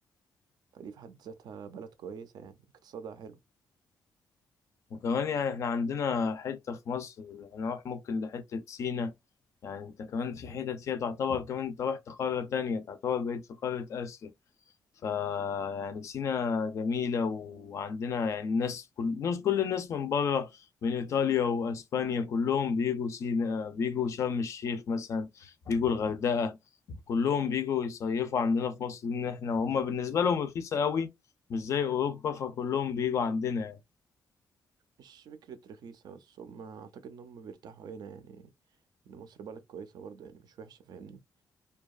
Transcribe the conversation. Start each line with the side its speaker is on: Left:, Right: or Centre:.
Right: فدي في حد ذاتها بلد كويسة يعني اقتصادها حلو
Left: وكمان يعني احنا عندنا حتة في مصر هنروح ممكن لحتة سينا يعني انت كمان في حتت فيها تعتبر كمان انت رحت قارة تانية تعتبر بقيت في قارة آسيا فيعني سينا جميلة وعندنا يعني الناس كل الناس كل الناس من بره من إيطاليا وأسبانيا كلهم بيجوا سينا بيجوا شرم الشيخ مثلا بيجوا الغردقة كلهم بيجوا يصيفوا عندنا في مصر لأن إحنا هما بالنسبة لهم رخيصة قوي مش زي أوروبا فكلهم بيجوا عندنا
Right: مش فكرة رخيصة بس هم أعتقد إن هم بيرتاحوا هنا يعني إن مصر بلد كويسة برضه يعني مش وحشة فاهمني